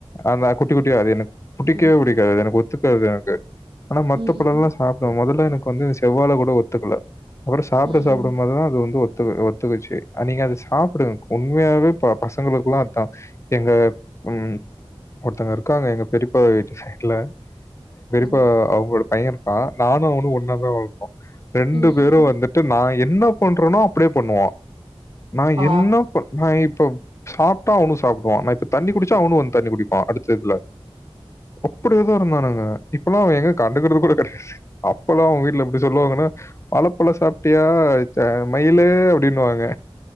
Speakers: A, on the left; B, on the right.
A: அதா குட்டி குட்டியா அது எனக்கு புடிக்கவே
B: ம்.
A: புடிக்காது எனக்கு ஒத்துக்காது எனக்கு ஆனா மத்த
B: ம்.
A: பழோல்லா சாப்டுவ மொதல்ல எனக்கு வந்து செவ்வாழ கூட ஒத்துக்ல அப்றோ சாப்ட
B: ம்.
A: சாப்டும் போதுதா அது வந்து ஒத் ஒத்து ஒத்துக்கிச்சு நீங்க அத சாப்டுங்க உண்மையாவே பசங்களுக்குல்லா அதா எங்க ம் ஒருத்தங்க இருக்காங்க எங்க பெரிப்பா வீட்டு சைட்ல
B: ம்.
A: இப்ப அவுங்களோட பைய இருக்கா நானு அவனு ஒன்னா தா வளந்தோ ரெண்டு
B: ம்.
A: பேரு வந்துட்டு நா என்ன பண்றோனோ அப்டியே பண்ணுவா நா
B: ஆ.
A: என்னப்ப நா இப்போ சாப்ட்டா அவனு சாப்டுவா நா இப்ப தண்ணி குடிச்சா அவனு வந்து தண்ணி குடிப்பா அடுத்ததுல அப்டி ஏதோ இருந்தானுங்க இப்பலா அவ எங்க கண்டுக்றது கூட கெடையாது அப்பெல்லா அவ வீட்ல எப்டி சொல்லுவாங்கன்னா வாழைப்பழோ சாப்ட்டியா மயிலு அப்டினுவாங்க